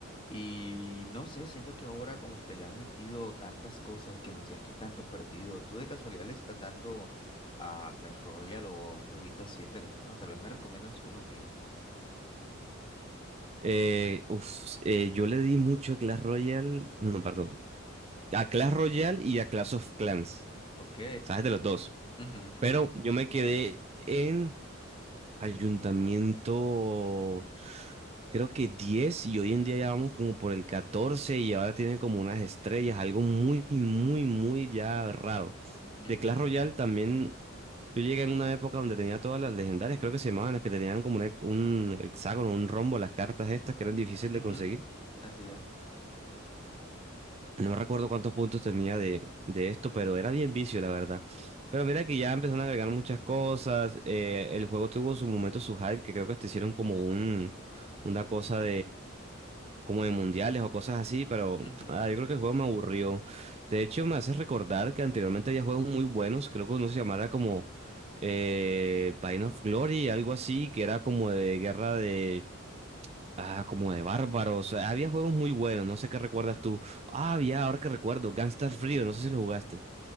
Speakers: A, on the left; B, on the right.
A: y no sé, siento que ahora como que le han metido tantas cosas que me siento un tanto perdido. ¿Tú de casualidad le estás dando a Clash Royale o a un jueguito así de teléfono? Tal vez me recomiendas uno, fíjate.
B: Eh, uf, eh, yo le di mucho a Clash Royale, no, perdón, a Clash Royale y a Clash of Clans,
A: Ok.
B: ¿sabes? De los dos.
A: Ujú, ujú,
B: Pero yo me quedé en Ayuntamiento, creo que diez y hoy en día ya vamos como por el 14 y ahora tienen como unas estrellas, algo muy, muy, muy ya raro.
A: ujú,
B: De Clash Royale
A: ujú,
B: también Yo llegué en una época donde tenía todas las legendarias, creo que se llamaban las que tenían como un, he- un hexágono, un rombo, las cartas estas que eran difíciles
A: ujú.
B: de conseguir.
A: Así es.
B: Y No recuerdo cuántos puntos tenía de, de esto, pero era bien vicio, la verdad. Pero mira que ya empezaron a agregar muchas cosas. eh, el juego tuvo su momento, su hype, que creo que hasta hicieron como un, una cosa como de mundiales o cosas así, pero
A: ujú.
B: ah, yo creo que el juego me aburrió. De hecho, me hace recordar que anteriormente había juegos muy buenos, creo que uno se llamara como eh, Vine of Glory, algo así, que era como de guerra de... Ah, como de bárbaros. Había juegos muy buenos, no sé qué recuerdas tú. Ah, había, ahora que recuerdo, Gangstar Frío, no sé si lo jugaste.